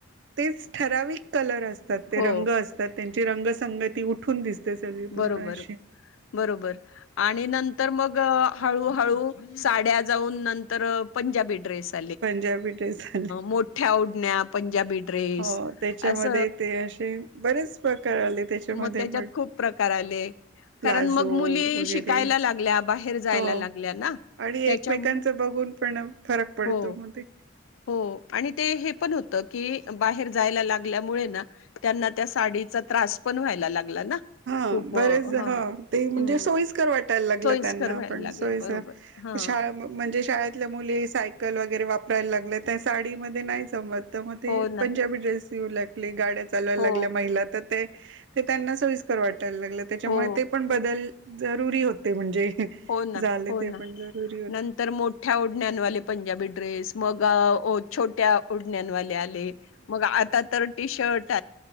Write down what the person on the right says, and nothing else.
तेच ठराविक कलर असतात ते
रंग असतात त्यां रंगसंगती उठून दिसते सगळी पूर्ण
अशी
पंजाबी ड्रेस आले
हो त्याच्यामध्ये
ते असे बरेच प्रकार आले त्याच्यामध्ये
पण
प्लाझो
वगैरे
हो
आणि
एकमेकांचा बघून पण फरक पडतो
मध्ये
हा
बरच
ह ते म्हणजे
सोयकर वाटायला लागलं
त्यांना
पण
सो
म्हणजे शाळेतल्या मुली साय ल वगैरे वापरायला लागलं त्या साडीमध्ये नाही जमत तर मग ते
पंजाबी ड्रेस ऊ लागली गाड्या चालायला
लागल्या महिला तर ते त्यांना सोईस्कर वाट यला लाग त्याच्यामुळे
ते पण बदल जरुरी होते म्हणजे
झाले
ते
पण जरुरी होते